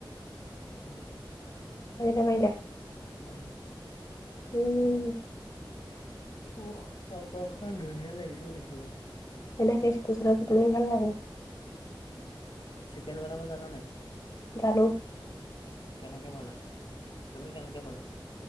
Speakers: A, on the left; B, on the left.
A: নাই মই
B: <unintelligible>
A: উমহু।
B: উম।
A: উহ <unintelligible> ধুনীয়া লাগিছিলও দেখিবলে
B: এনেকে <unintelligible> ফটো মাই ভাল লাগে
A: চিকেন বনাব জানা নাই?
B: জানো।
A: কেনেকে বনাই, তুমি কেনেকে বনোৱা?